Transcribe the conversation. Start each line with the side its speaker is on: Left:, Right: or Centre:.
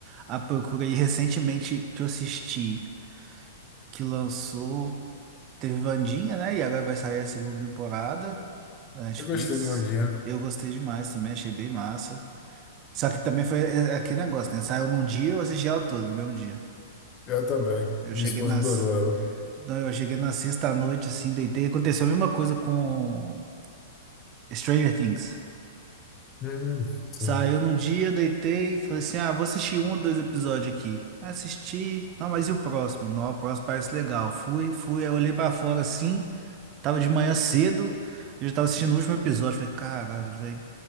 Right: à procura aí recentemente que eu assisti, que lançou. Teve Wandinha, né? E agora vai sair a segunda temporada da Netflix.
Left: Eu gostei de Vandinha.
Right: Eu gostei demais também, achei bem massa. Só que também foi é, é aquele negócio, né? Saiu num dia, e eu assisti ela toda no mesmo dia.
Left: Eu também.
Right: Eu
Left: Minha
Right: cheguei
Left: esposa
Right: nas.
Left: adorou ela.
Right: Não, eu cheguei na sexta à noite, assim, deitei. Aconteceu a mesma coisa com Stranger Things.
Left: Hum, sim.
Right: Saiu num dia, eu deitei, falei assim: ah, vou assistir um ou dois episódios aqui. Assisti. Não, mas e o próximo? Não, o próximo parece legal. Fui, fui, aí eu olhei pra fora assim. Tava de manhã cedo, eu já tava assistindo o último episódio. Falei, caralho, velho.